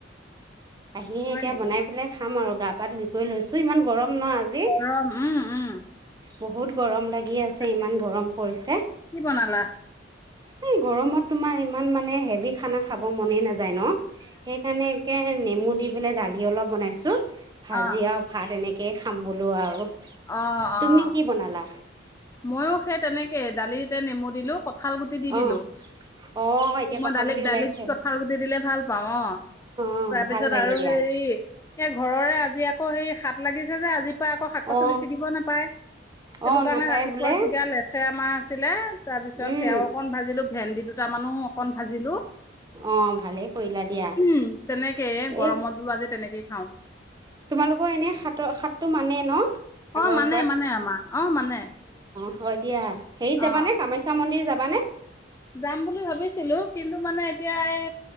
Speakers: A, on the right; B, on the left.
A: আহিহে
B: হয়
A: এতিয়া
B: নেকি
A: বনাই পেলাই খাম আৰু। গা পা ধুই কৰি লৈছোঁ ইমান গৰম। ন আজি
B: অ'! ৰ'। উম! উম!
A: বহুত গৰম লাগ লাগি আছে।
B: তাকে
A: ইমান গৰম পৰিছে।
B: কি বনালা
A: এই গৰমত তোমাৰ ইমান মানে, হেভি খানা খাব মনে নাযায়। নাযায় ন'। সেইকাৰণে, একে নেমু দি পেলাই দালি অলপ বনাইছোঁ। ভাজি
B: অ
A: আৰু ভাত এনে তাকেই খাম বোলো আৰু।
B: অ'! অ'!
A: তুমি কি বনালা
B: মইয়ো সেই তেনেকে দালিতে নেমু দিলোঁ। কঁঠাল গুটি দি
A: অ
B: দিলোঁ।
A: অ এতিয়া
B: মই
A: কঁঠাল
B: দালিত,
A: গুটি
B: দালিত
A: ওলাইছে
B: কঁঠাল গুটি দিলে ভাল পাওঁ। অ'!
A: অ
B: তাৰপিছত
A: ভাল লাগে
B: আৰু
A: দিয়া
B: হেৰি এই ঘৰৰে আজি আকৌ সেই হাত লাগিছে যে আজিৰ পৰা। আকৌ, শাক-পাচলি
A: অ
B: ছিগিব নাপায় সেইটো
A: অ
B: কাৰণে
A: নাপায়
B: <unintelligible> বেমাৰ
A: বোলে
B: হৈছিলে। তাৰ পিছত,
A: উম
B: সেয়াও অকন ভাজিলোঁ। ভেন্দি দুটা মানুহ অকন ভাজিলোঁ।
A: অ ভালেই কৰিলা দিয়া
B: উম, তেনেকেই গৰমত
A: এ
B: বোলো আজি তেনেকেই খাওঁ।
A: তোমালোকৰ এনে সাতৰ সাতটো মানে ন আগৰ
B: অ'! মানে, মানে। আমাৰ অ'! মানে।
A: হ'ব দিয়া। হেৰিত
B: অ
A: যাবা নে? কামাখ্যা মন্দিৰ যাবা? মানে?
B: যাম বুলি ভাবিছোঁ। ভাবিছিলোঁ! কিন্তু মানে, এতিয়া এই